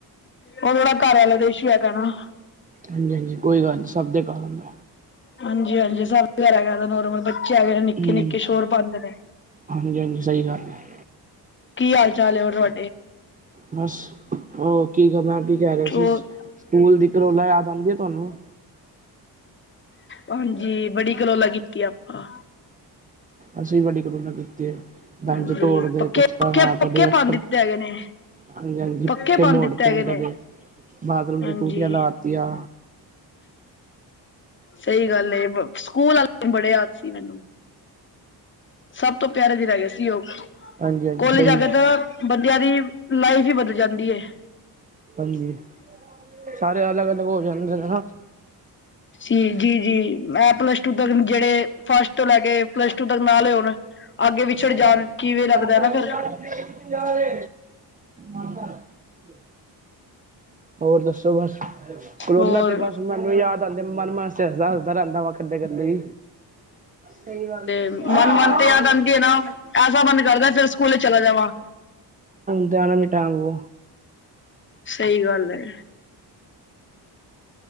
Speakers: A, on the left; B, on the right.
A: ਉਹ ਥੋੜ੍ਹਾ ਘਰ ਵਾਲਾ ਦੇਸੂ ਹੇਗਾ ਨਾ।
B: ਹਾਂਜੀ ਹਾਂਜੀ ਕੋਈ ਗੱਲ ਨਹੀਂ ਸਭ ਦੇ ਘਰ ਹੁੰਦਾ
A: ਹਾਂਜੀ ਹਾਂਜੀ, ਸਭ ਰਹਿ ਗਯਾ ਨੋਰਮਲ ਬੱ ਬੱਚੇ ਹੇਗੇ ਨੇ ਨਿੱਕੇ-ਨਿੱਕੇ
B: ਹੂੰ
A: ਸ਼ੋਰ ਪਾਂਦੇ ਨੇ।
B: ਹਾਂਜੀ ਹਾਂਜੀ ਸਹੀ ਗੱਲ ਹੈ
A: ਕੀ ਹਾਲ-ਚਾਲ ਹੋਰ ਤੁਹਾ
B: ਬਸ ਔ ਕੀ ਕ ਮੈਂ ਕੀ ਕਹਿ ਰਿਹਾ
A: ਉਹ
B: ਸੀ ਸਕੂਲ ਦੀ ਕਲੋਲਾਂ ਯਾਦ ਆਂਦੀ ਏ ਤੁਹਾਨੂੰ?
A: ਹਾਂਜੀ, ਬੜੀ ਕਲੋਲਾ ਕੀਤੀ ਆਪਾਂ।
B: ਅਸੀਂ ਵੀ ਬੜੀ ਕਲੋਲਾ ਕੀਤੀ ਏ, ਬੇਂਚ
A: ਹਾਂਜੀ
B: ਤੋੜਦੇ,
A: ਪੱਕੇ
B: ਕੁਛ ਕਰਨਾ,
A: ਪੱਕੇ ਪੱਕੇ
B: ਕਦੇ ਡਸਟਰ
A: ਪਾਉਣ ਦਿੱਤੇ ਹੈਗੇ ਨੇ
B: ਹਾਂਜੀ ਹਾਂਜੀ,
A: ਪੱਕੇ
B: ਪਖੇ
A: ਪਾਉਣ
B: ਮੋੜਤੇ
A: ਦਿੱਤੇ ਹੈਗੇ
B: ਨੇ ਕਦੇ ਬਾਥਰੂਮ
A: ਹਾਂਜੀ
B: ਦੀ ਟੂਟੀਆਂ ਲਾਤੀਆਂ
A: ਸਹੀ ਗੱਲ ਏ ਸਕੂਲ ਆਲੇ ਬੜੇ ਯਾਦ ਸੀ ਮੈਨੂੰ। ਸਭ ਤੋਂ ਪਿਆਰੇ ਦਿਨ ਹੈਗੇ ਸੀ ਔ
B: ਹਾਂਜੀ ਹਾਂਜੀ
A: ਕੋਲਜਾ
B: ਸਹੀ
A: ਜਾਕੇ
B: ਹੈ
A: ਤੋਹ ਬੰਦਿਆਂ ਦੀ ਲਾਈਫ ਹੀ ਬਦਲ ਜਾਂਦੀ ਏ।
B: ਹਾਂਜੀ ਸਾਰੇ ਅਲੱਗ-ਅਲੱਗ ਹੋ ਜਾਂਦੇ ਨੇ ਨਾ।
A: ਜੀ ਜੀ ਜੀ, ਮੈਂ ਪਲੱਸ ਟੁ ਤੱਕਣ ਜਿਹੜੇ, ਫਸਟ ਤੋਂ ਲੈ ਕੇ ਪਲੱਸ ਟੂ ਤੱਕ ਨਾਲ ਹੋਣ।
B: <unintelligible>
A: ਅੱਗੇ ਵਿਛੜ ਜਾਣ ਕਿਵੇਂ ਲੱਗਦਾ ਨਾ ਫਿਰ
B: ਜਾਹੇ। <inaudible> ਹੋਰ ਦੱਸੋ? ਬਸ ਕਲੋਲਾ
A: ਹੋਰ
B: ਤੇ ਬਸ ਮੈਨੂੰ ਯਾਦ ਆਂਦੇ ਮਨ ਮਨ ਚ ਹੱਸਦਾ ਹੱਸਦਾ ਰਹਿੰਦਾ ਵਾੱ ਕਲੇ ਗੱਲੇ ਹੀ ਸਹੀ ਗੱਲ ਏ।
A: ਮਨ
B: ਹਾਂ,
A: ਮਨ ਤੇ ਯਾਦ ਆਂਦੀ
B: ਹੁਣ
A: ਏ ਨਾ ਐਸਾ ਮਨ ਕਰਦਾ ਫਿਰ ਸਕੂਲੇ ਚਲਾ ਜਾਵਾਂ
B: ਤੇ ਆਨਾ ਨਹੀ ਟਾਈਮ ਵੋ।
A: ਸਹੀ ਗੱਲ ਏ।